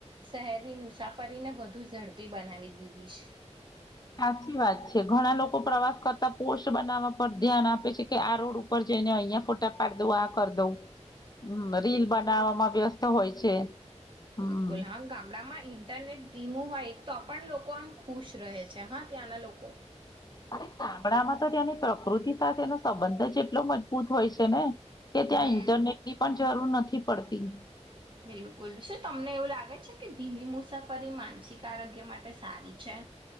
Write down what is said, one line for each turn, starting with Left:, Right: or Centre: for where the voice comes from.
Right: શહેરની મુસાફરીને વધુ ઝડપી બનાવી દીધી છે.
Left: સાચી વાત છે, ઘણા લોકો પ્રવાસ કરતા પોસ્ટ બનાવવા પર ધ્યાન આપે છે કે આ રોડ ઉપર જઈને અહિયાં ફોટા પાડી દઉં, આ કર દઉં. હમ, રીલ બનાવવામાં વ્યસ્ત. હોય છે. હમ
Right: બિલકુલ, હા, ગામડામાં ઇન્ટરનેટ હું હોય તો પણ લોકો આમ ખુશ રહે છે, હા, ત્યાંના લોકો.
Left: <inaudible> તો તેની પ્રકૃતિ સાથેનો સંબંધ જ એટલો મજબૂત હોય છે ને કે
Right: હમ
Left: ત્યાં ઇન્ટરનેટ ની પણ જરૂર નથી પડતી
Right: બિલકુલ શું તમને એવું લાગે છે કે ધીમી મુસાફરી માનસિક આરોગ્ય માટે સારી છે